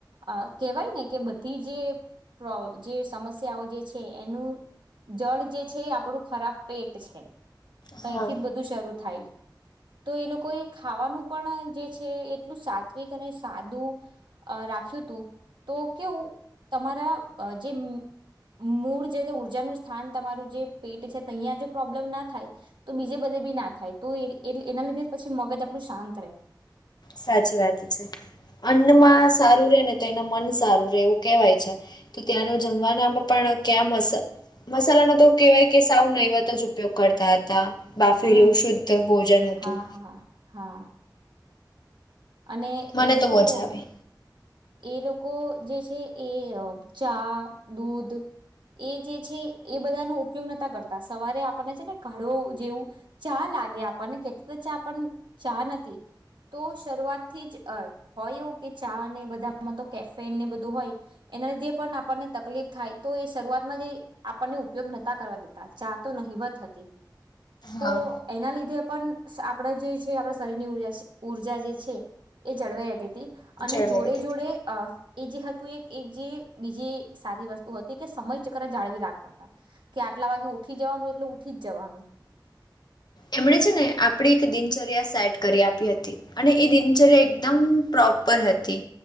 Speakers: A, on the right; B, on the left.
A: અ કેહેવાય ને કે બધી જે પ્રો સમસ્યાઓ જે છે એનું જળ જે છે આપણું ખરાબ પેટ છે. તયથી
B: હા.
A: જ બધું શરૂ થાય. તો એ લોકોએ ખાવાનું પણ જે છે એટલું સાત્વિક અને સાદું અ રાખ્યું હતું તો કેવું તમારા જે અ મ મૂળ જે ઊર્જાનું સ્થાન તમારું જે પેટ છે તહીંયા જો પ્રોબ્લેમ ના થાય તો બીજે બધે બી ના થાય તો એ એના લીધે પછી મગજ આપ ણું શાંત રે.
B: સાચી વાત છે અન્નમાં સ સારું રે ને તો એનું મન સારું રે એવું કહેવાય છે તો ત્યાંનો જમવાનામાં પણ ક્યાં મસ મસાલા નો તો કેહેવાય કે સાવ નૈવત જ ઉપયોગ કરતા હતા. બાફેલું
A: હમ.
B: શુદ્ધ ભોજન હતું.
A: હા હા હા અને
B: મને
A: એ લોકો
B: તો મજા આવી
A: એ લોકો જે છે એ અ ચા દૂધ એ જે છે એ બધાનો ઉપયોગ નતા કરતા સવારે આપણને છે ને કાડો જેવું ચા લાગે આપણને કેતે તો ચા પણ ચા નથી તો શરૂઆત થી જ અ હોય એવું કે ચા ને બધ ધા માં તો કેફે ને બધું હોય એના લીધે પણ આપણને તકલીફ થાય તો એ શરૂઆતમાંથી આપણને ઉપયોગ નતા કરવા દેતા ચા તો નહિવત હતી. તો
B: હા.
A: એના લીધે પણ આપડા જે છે આપણા શરીરની ઉજા ઉર્જા જે છે એ જળવાઈ રહેતી. તી અને
B: જળવાઈ
A: જોડે
B: હતી.
A: જ અ એ જે હતું એક એક જે બીજી સારી વસ્તુ હતી કે સમય ચક્ર જાળવી રાખતા હતા કે આટલા વાગે ઉઠી જવાનું એટલે ઉઠી જ જવાનું.
B: એમણે છે ને આપડી એક દિનચય ર્યા સેટ કરી આપી હતી અને એ દિનચર્યા એકદમ પ્રોપર હતી